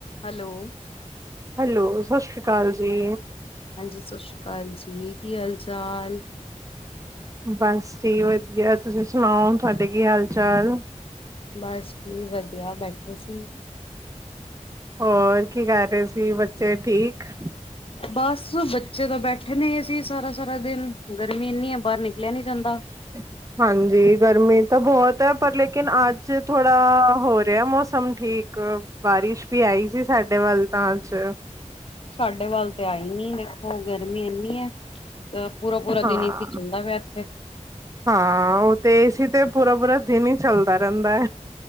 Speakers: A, on the left (about 45°); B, on the right (about 25°).
A: ਹੈਲੋ
B: ਹੈਲੋ ਸਤਿ ਸ਼੍ਰੀ ਅਕਾਲ ਜੀ।
A: ਹਾਂਜੀ ਸਤਿ ਸ੍ਰੀ ਅਕਾਲ ਜੀ ਕੀ ਹਾਲ ਚਾਲ।
B: ਬਸ ਜੀ ਵਧੀਆ ਤੁਸੀਂ ਸੁਣਾਓ ਤੁਹਾਡੇ ਕੀ ਹਾਲ ਚਾਲ।
A: ਬਸ ਜੀ ਵਧੀਆ ਬੈਠੇ ਸੀ।
B: ਹੋਰ ਕੀ ਕਰ ਰਹੇ ਸੀ ਬੱਚੇ ਠੀਕ।
A: ਬਸ ਬੱਚੇ ਤਾਂ ਬੈਠੇ ਨੇ ਅਸੀਂ ਸਾਰਾ -ਸਾਰਾ ਦਿਨ ਗਰਮੀ ਇੰਨੀ ਆ ਬਾਹਰ ਨਿਕਲਿਆ ਨੀ ਜਾਂਦਾ।
B: <inaudible> ਹਾਂਜੀ ਗਰਮੀ ਤਾਂ ਬਹੁਤ ਹੈ ਪਰ ਲੇਕਿਨ ਅੱਜ ਥੋੜਾ ਹੋ ਰਿਹਾ ਮੌਸਮ ਠੀਕ। ਬਾਰਿਸ਼ ਵੀ ਆਈ ਸੀ ਸਾਡੇ ਵੱਲ ਤਾਂ ਅੱਜ
A: ਸਾਡੇ ਵੱਲ ਤੇ ਆਈ ਨੀ ਦੇਖੋ ਗਰਮੀ ਇੰਨੀ ਹੈ। ਪੂਰਾ -ਪੂਰਾ
B: ਹਾਂ
A: ਦਿਨ ਏਸੀ ਚਲਦਾ ਪਿਆ ਇੱਥੇ
B: ਹਾਂ ਉਹ ਤੇ ਏਸੀ ਤੇ ਪੂਰਾ- ਪੂਰਾ ਦਿਨ ਹੀ ਚੱਲਦਾ ਰਹਿੰਦਾ।